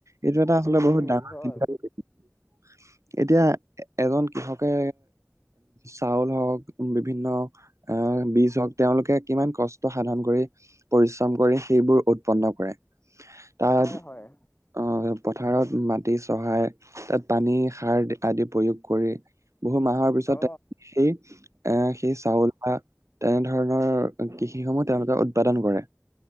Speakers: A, on the right; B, on the left.
A: এইটো এটা আচলতে
B: উম
A: বহুত
B: উম
A: ডাঙৰ
B: হয়
A: <unintelligible> এতিয়া এজন কৃষকে চাউল হওক বিভিন্ন, আহ, বীজ হওক তেওঁলোকে কিমান কষ্ট সাধন কৰি। পৰিশ্ৰম কৰি সেইবোৰ উৎপন্ন কৰে। তাত
B: হয় হয়
A: অ পথাৰত মা তি চহাই তাত পানী সাৰ আদি প্ৰয়োগ কৰি। বহু মাহৰ পিছত
B: অ
A: সেই অ'সেই চাউলা আ তেনেধৰণৰ কৃষি সমূহ তেওঁলোকে উৎপাদন কৰে